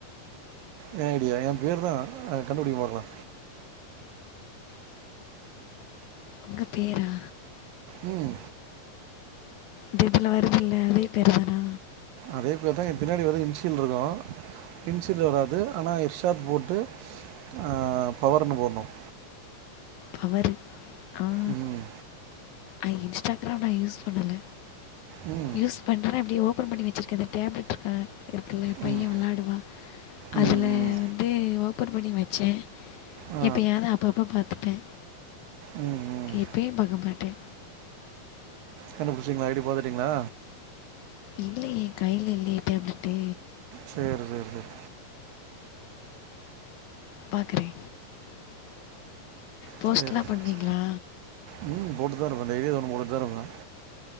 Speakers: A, on the right; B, on the left.
A: ஏ ஐடியா என் பேரு தா கண்டுபிடிங்க பாக்கலா
B: உங்க பேரா
A: ம்
B: இந்த இதுல வருது இல்ல அதே பேருதானா
A: அதே பேரு தா என் பின்னாடி வந்து இன்ஷியல் இருக்கும் இன்ஷியல் வராது ஆனா இன்ஸ்ட்டா போட்டு ஆ பவர்னு போடனும்
B: பவரு ஆ
A: ம்
B: அ இன்ஸ்டாகிராம் நா யூஸ் பண்ணல
A: ம்
B: யூஸ் பண்ற அப்டி ஓப்பன் பண்ணி வச்சிருக் எந்து டேப்லட் இருக்க இருகுல்ல பைய
A: ம்
B: விளாடுவா அதுல
A: ம் ம்
B: இது ஓப்பன் பண்ணி வச்சே
A: ஆ
B: எப்யாது அப்ப அப்ப பாத்துபே
A: ம் ம்
B: எப்பயு பக்க மாட்ட
A: கண்டுபுடிச்சிங்களா ஐடி பாத்திடிங்களா
B: இல்லயே கைல இல்லயே டேப்லட்டு
A: சேரி சேரி சேரி
B: பாக்கறே போஸ்ட்லாம்
A: சரி
B: பண்ணுவீங்களா
A: ச ம் போட்டு தா இருப்ப டெய்லி எதோ ஒண்ணு போட்டுட்டு தா இருப்ப